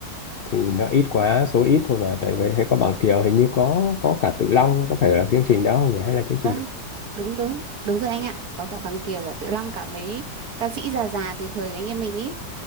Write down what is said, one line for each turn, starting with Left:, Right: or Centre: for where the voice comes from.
Left: thì nó ít quá số ít thôi mà tại vì hay có Bằng Kiều hình như có có cả Tự Long có phải là chương trình đó không nhỉ hay là chương trình
Right: Vâng, đúng đúng, đúng rồi anh ạ. Có cả Bằng Kiều, cả Tự Long, cả mấy ca sĩ già già từ thời anh em mình ý.